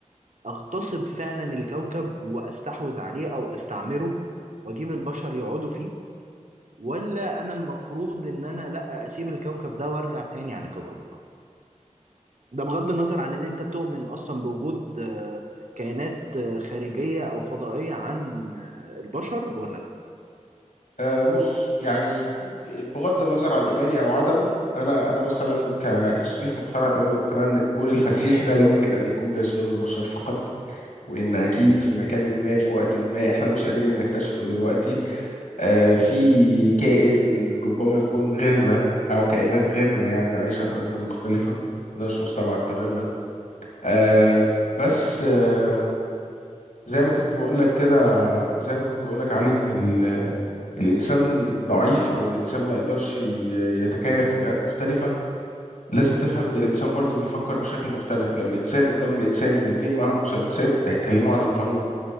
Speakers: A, on the right; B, on the left.
A: اغتصب فعلا الكوكب واستحوذ عليه او استعمره واجيب البشر يقعدوا فيه ولا انا المفروض ان انا لا اسيب الكوكب ده وارجع تاني على كوكب الارض ده بغض النظر عن ان انت بتؤمن اصلا بوجود آه، كائنات آه، خارجية او فضائية عن آه، البشر ولا لا
B: آه، بص يعني ب- بغض النظر عن إيماني أو عدمه أنا أنا مثلا ك- كشريف مقتنع تمام الاقتناع إن الكون الفسيح ده لا يمكن أن يكون بيشغله البشر فقط وإن أكيد في مكان ما في وقت ما إحنا مش قادرين نكتشفه دلوقتي آه، في كائن ربما يكون غيرنا أو كائنات غيرنا يعني عايشة في أماكن مختلفة وده مش مستبعد تماما آه، بس آه، زي ما كنت بقول لك كده زي ما كنت بقول لك علي إن ال- الإنسان ضعيف أو الإنسان ما يقدرش ي- يتكيف في بيئات مختلفة لازم تفهم إن الإنسان برضه بيفكر بشكل مختلف لو الإنسان قدام الإنسان والاتنين معاهم مسدسات هيتكلموا عن القانون